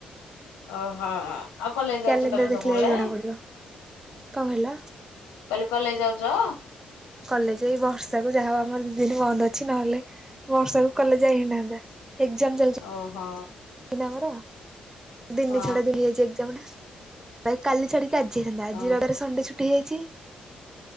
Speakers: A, on the left (about 85°); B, on the right (about 15°).
A: ଓହୋ, ଆଉ କଲେଜ ଯାଉଛ
B: କ୍ୟାଲେଣ୍ଡର
A: ତମେ
B: ଦେଖିଲେ
A: ସବୁବେଳେ?
B: ଯାଇ ଜଣା ପଡିବ କଣ କହିଲ?
A: କହିଲେ କଲେଜ ଯାଉଛ?
B: କଲେଜ ଏଇ ବର୍ଷାକୁ ଯାହା ହଉ ଆମର ଦି ଦିନ ବନ୍ଦ ଅଛି ନହେଲେ ବର୍ଷାକୁ କଲେଜ ଯାଇ ହେଇନାହାନ୍ତା। ଏକ୍ଜାମ ଚାଲିଚି
A: ଓହୋ
B: ନା ଆମର! ଦିନେ
A: ହଁ
B: ଛଡା ଯୋ ଇଏ ଯେ ଏକ୍ଜାମ ଟା ଭାଇ କାଲି ଛାଡ଼ିକି ଆଜି ହେଇନ୍ତା ଆଜିର
A: ଓ
B: <unintelligible> ସଣ୍ଡେ ଛୁଟି ହେଇଯାଇଛି